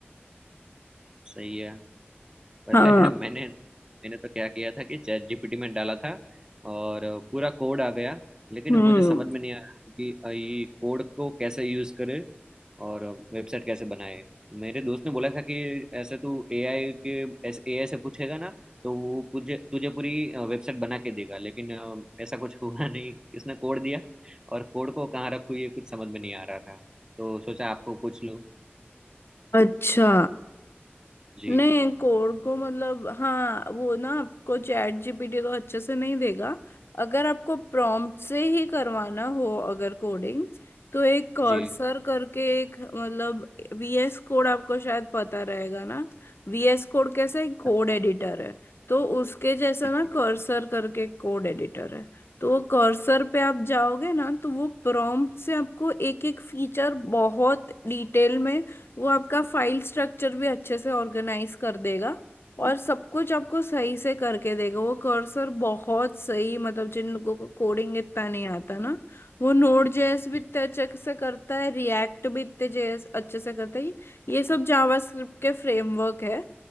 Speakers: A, on the right; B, on the left.
A: सही है वैसे
B: हाँ
A: <laughs> मैंने मैंने तो क्या किया था कि चैट जीपीटी में डाला था और पूरा कोड आ गया लेकिन
B: हम्म
A: वो मुझे समझ में नहीं आया कि ये कोड को कैसे यूज करे और वेबसाइट कैसे बनाए मेरे दोस्त ने बोला था कि ऐसे तू एआई के एआई से पूछेगा ना तो वो तुझे तुझे पूरी वेबसाइट बना के देगा लेकिन अ, ऐसा कुछ <laughs> हुआ नहीं इसने कोड दिया और कोड को कहाँ रखूँ ये कुछ समझ में नहीं आ रहा था तो सोचा आपको पूछ लूँ
B: अच्छा
A: जी
B: नहीं कोड को मतलब हाँ वो ना आपको चैट जीपीटी तो अच्छे से नहीं देगा अगर आपको प्रॉम्प्ट से ही करवाना हो अगर कोडिंग तो एक कर्सर
A: जी
B: करके एक मतलब वीएस कोड आपको शायद पता रहेगा ना वीएस कोड कैसे एक कोड
A: अच्छा
B: एडिटर है तो उसके जैसा
A: जी
B: ना
A: जी
B: कर्सर करके कोड एडिटर है तो वो कर्सर पे आप जाओगे ना तो वो प्रॉम्प्ट से आपको एक एक फीचर बहुत डिटेल में वो आपका फाइल स्ट्रक्चर भी अच्छे से ऑर्गेनाइज कर देगा और सब कुछ आपको सही से करके देगा वो कर्सर बहुत सही मतलब जिन लोगों को कोडिंग इतना नहीं आता ना वो नोड जेएस भी
A: जी,
B: इतने अच्छे से करता है रिएक्ट भी इतने जेएस अच्छे से करता है ये सब जावास्क्रिप्ट के फ्रेमवर्क है